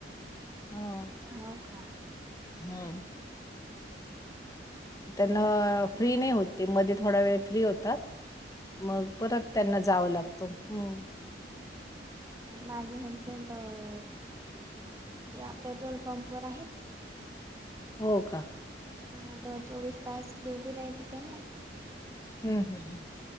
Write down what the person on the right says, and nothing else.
हो का
<unintelligible>
माझे हजबंड अं या पेट्रोल पंपवर आहेत.
हा तर चौवीस तास ड्युटी राहयती त्यांना.